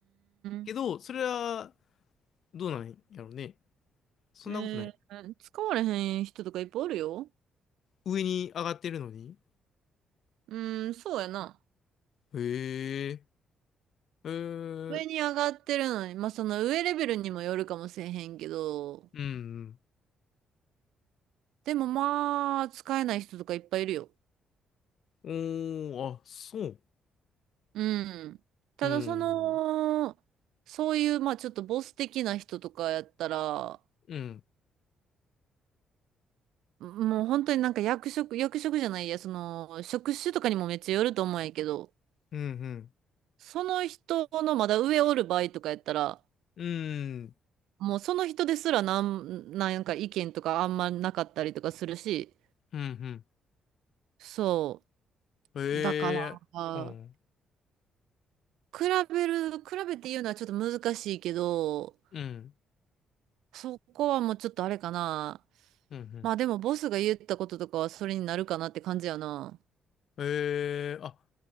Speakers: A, on the left; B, on the right.
A: けど、
B: ん。
A: それは、どうなんやろうね。そんなことない。
B: えー、使われへん人とかいっぱいおるよ。
A: 上に上がってるのに。
B: うーん、そうやな。
A: へえ、へえ、
B: 上に上がってるのに、まあその上レベルにもよるかもしれへんけど、
A: うん、
B: でもまあ、使えない人とかいっぱいいるよ。
A: うん。おー、あ、そう。
B: うん。ただその、
A: うん、
B: そういう、まあちょっとボス的な人とかやったら、
A: うん、
B: もう本当になんか役職、役職じゃないや、その、職種とかにもめっちゃよると思うんやけど、
A: うん、うん、
B: その人のまだ上おる場合とかやったら、
A: うん。
B: もうその人ですらなん、なんか意見とかあんまなかったりとかするし、
A: うんうん
B: そ
A: ええうん、
B: う。だから、比べる、比べて言うのはちょっと難しいけど、
A: うん、
B: そこはもうちょっとあれかな。
A: うん、うん。
B: まあでもボスが言ったこととかはそれになるかなって感じやな。
A: ええあ、